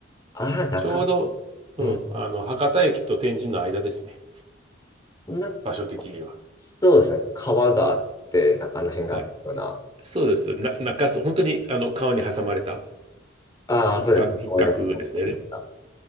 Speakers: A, on the left (about 20°); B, on the right (about 30°).
A: ああー、中、
B: ちょうど、うん、
A: う
B: あの、博多駅と天神の間ですね。
A: ん。な、
B: 場所的には。
A: そうですね。川があって、中の辺があったような。
B: はい。そうです。な、中州、本当に、あの、川に挟まれた
A: ああ、
B: 一角、
A: そうです。
B: 一角ですね。
A: 思い出しました。思い出した